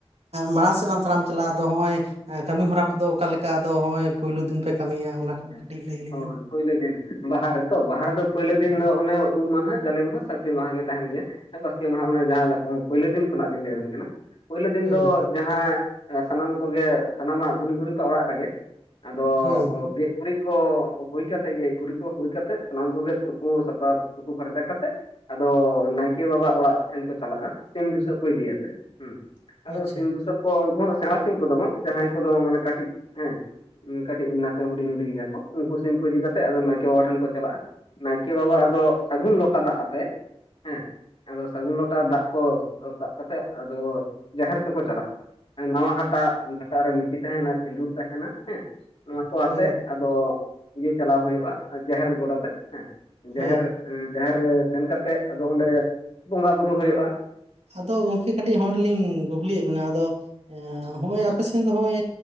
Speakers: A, on the right (about 80°); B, on the left (about 60°).
A: ᱢᱟᱲᱟᱝ ᱥᱮᱫ ᱞᱟᱝ ᱛᱟᱲᱟᱢ ᱪᱟᱞᱟᱜᱼᱟ ᱟᱫᱚ ᱱᱚᱜ ᱚᱭ ᱠᱟᱹᱢᱤ ᱦᱚᱨᱟ ᱠᱚᱫᱚ ᱚᱠᱟ ᱞᱮᱠᱟ ᱟᱫᱚ ᱱᱚᱜᱼᱚᱭ ᱯᱳᱭᱞᱳ ᱫᱤᱱ ᱯᱮ ᱠᱟᱹᱢᱤᱭᱟ ᱚᱱᱟ ᱠᱚ
B: ᱦᱮᱸ
A: ᱠᱟᱹᱴᱤᱡ ᱞᱟᱹᱭ ᱟᱹᱞᱤᱧ
B: ᱦᱳᱭ
A: ᱢᱮ?
B: ᱯᱳᱭᱞᱳ ᱫᱤᱱ ᱵᱟᱦᱟ ᱨᱮᱛᱚ ᱵᱟᱦᱟ ᱨᱮᱫᱚ ᱯᱳᱭᱞᱳ ᱫᱤᱱ ᱫᱚ ᱚᱱᱮ ᱩᱢ ᱢᱟᱦᱟ ᱡᱟᱞᱮ ᱢᱟᱦᱟ ᱥᱟᱨᱫᱤ ᱢᱟᱦᱟ ᱜᱮ ᱛᱟᱦᱮᱱ ᱜᱮᱭᱟ ᱦᱮ ᱵᱟᱥᱠᱮ ᱢᱟᱦᱟ ᱚᱱᱮ ᱡᱟᱦᱟᱸ ᱯᱳᱭᱞᱳ ᱫᱤᱱ ᱠᱷᱚᱱᱟᱜ ᱞᱤᱧ ᱞᱟᱹᱭ ᱟᱵᱤᱱ ᱠᱟᱱᱟ ᱾ ᱯᱳᱭᱞᱳ ᱫᱤᱱ
A: ᱦᱳᱭ
B: ᱫᱚ
A: ᱜᱚᱝᱠᱮ
B: ᱡᱟᱦᱟᱸ ᱥᱟᱱᱟᱢ ᱠᱚᱜᱮ ᱥᱟᱱᱟᱢᱟᱜ ᱜᱩᱱᱤ ᱜᱩᱨᱤᱵᱟᱜ ᱚᱲᱟᱜ ᱨᱮᱜᱮ ᱟᱫᱚ
A: ᱦᱳᱭ ᱜᱚᱝᱠᱮ
B: ᱜᱮ ᱜᱩᱨᱤᱡ ᱠᱚ ᱦᱩᱭ ᱠᱟᱛᱮᱫ ᱜᱮ ᱜᱩᱨᱤᱡ ᱠᱚ ᱦᱩᱭ ᱠᱟᱛᱮᱜ ᱥᱟᱱᱟᱢ ᱠᱚᱜᱮ ᱛᱩᱯᱩ ᱥᱟᱯᱟᱯ ᱛᱩᱯᱩ ᱯᱷᱟᱨᱪᱟ ᱠᱟᱛᱮᱜ ᱟᱫᱚ ᱱᱟᱭᱠᱮ ᱵᱟᱵᱟ ᱚᱲᱟᱜ ᱴᱷᱮᱱ ᱠᱚ ᱪᱟᱞᱟᱜᱼᱟ ᱥᱤᱢ ᱵᱩᱥᱟᱹᱜ ᱠᱚ ᱤᱫᱤᱭᱟᱛᱮ ᱦᱮᱸ ᱾ ᱟᱫᱚ
A: ᱟᱪᱪᱷᱟ
B: ᱥᱤᱢ ᱵᱩᱥᱟᱹᱜ ᱩᱱᱠᱩ ᱦᱚᱸ ᱥᱮᱬᱟ ᱥᱤᱢ ᱠᱚᱫᱚ ᱵᱟᱝ ᱡᱟᱦᱟᱸᱭ ᱠᱚᱫᱚ ᱢᱟᱱᱮ ᱠᱟᱹᱴᱤᱡ ᱦᱮᱸ ᱠᱟᱹᱴᱤᱡ ᱱᱟᱥᱮ ᱦᱩᱰᱤᱧ ᱦᱩᱰᱤᱧ ᱜᱮᱭᱟ ᱠᱚ ᱩᱱᱠᱩ ᱥᱤᱢ ᱠᱚ ᱤᱫᱤ ᱠᱟᱛᱮᱜ ᱟᱫᱚ ᱱᱟᱭᱠᱮ ᱵᱟᱵᱟ ᱴᱷᱮᱱ ᱠᱚ ᱪᱟᱞᱟᱜᱼᱟ ᱾ ᱱᱟᱭᱠᱮ ᱵᱟᱵᱟ ᱟᱫᱚ ᱥᱟᱹᱜᱩᱱ ᱞᱚᱴᱟ ᱫᱟᱜ ᱟᱛᱮ ᱦᱮᱸ ᱟᱫᱚ ᱥᱟᱹᱜᱩᱱ ᱞᱚᱴᱟ ᱫᱟᱜ ᱠᱚ ᱥᱟᱵ ᱠᱟᱛᱮᱜ ᱟᱫᱚ ᱡᱟᱦᱮᱨ ᱛᱮᱠᱚ ᱪᱟᱞᱟᱜᱼᱟ ᱾ ᱱᱟᱣᱟ ᱦᱟᱴᱟᱜ ᱦᱟᱴᱟᱜ ᱨᱮ ᱢᱤᱛᱷᱤ ᱛᱟᱦᱮᱱᱟ ᱥᱤᱸᱫᱩᱨ ᱛᱟᱦᱮᱱᱟ ᱦᱮᱸ ᱱᱚᱣᱟ ᱠᱚ
A: ᱦᱳᱭ
B: ᱛᱮ
A: ᱜᱚᱝᱠᱮ,
B: ᱟᱫᱚ ᱤᱭᱟᱹ ᱪᱟᱞᱟᱣ ᱦᱩᱭᱩᱜᱼᱟ ᱡᱟᱦᱮᱨ ᱜᱚᱰᱟ ᱛᱮ ᱦᱮᱸ ᱡᱟᱦᱮᱨ
A: ᱦᱳᱭ
B: ᱡᱟᱦᱮᱨ ᱨᱮ ᱥᱮᱱ ᱠᱟᱛᱮᱜ ᱟᱫᱚ ᱚᱸᱰᱮ ᱵᱚᱸᱜᱟ ᱵᱩᱨᱩ ᱦᱩᱭᱩᱜᱼᱟ ᱾
A: ᱟᱫᱚ ᱜᱚᱝᱠᱮ ᱠᱟᱹᱴᱤᱡ ᱦᱚᱰᱮᱞᱤᱧ ᱠᱩᱠᱞᱤᱭᱮᱫ ᱵᱮᱱᱟ ᱟᱫᱚ ᱮ ᱦᱚᱸᱜᱼᱚᱭ ᱟᱯᱮ ᱥᱮᱱ ᱫᱚ ᱱᱚᱜᱼᱚᱭ